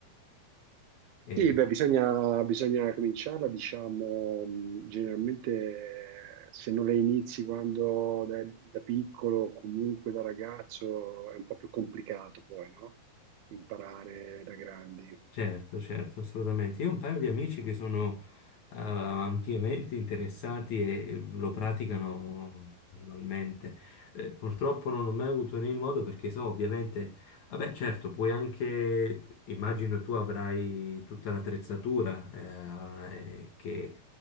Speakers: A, on the left (about 55°); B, on the right (about 80°).
A: E
B: Sì, beh, bisogna, bisogna cominciarla, diciamo, mh, generalmente eh, se non la inizi quando da, da piccolo o comunque da ragazzo è un po' più complicato poi, no? Imparare da grandi.
A: Certo, certo, assolutamente. Io ho un paio di amici che sono eh, ampiamente interessati e lo praticano annualmente. Eh, purtroppo non ho mai avuto né il modo perché so, ovviamente, vabbè, certo, puoi anche, immagino tu avrai tutta l'attrezzatura eh, che